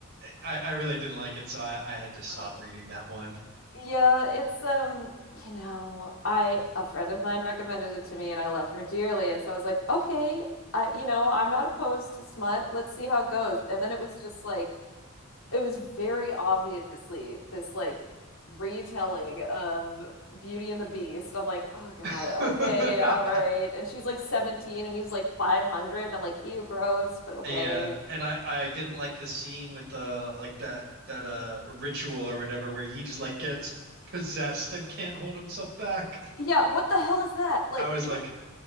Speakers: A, on the right (about 55°); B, on the left (about 70°).
A: I I really didn't like it so I I had to stop
B: Ugh.
A: reading that one
B: Yeah, it's um, you know, I a friend of mine recommended it to me and I love her dearly. And so I was like, okay, I, you know, I'm not opposed to smut. Let's see how it goes. And then it was just like it was very obviously this like retelling of Beauty and the Beast. I'm like, oh God,
A: <laughs>
B: okay, all right. And she's like 17 and he's like 500. And I'm like, ew, gross, but okay.
A: yeah and I I didn't like the scene with the like that that uh ritual or whatever where he just like gets possessed and can't hold himself back
B: Yeah, what the hell is that?
A: <laughs>
B: Like,
A: I was
B: what?
A: like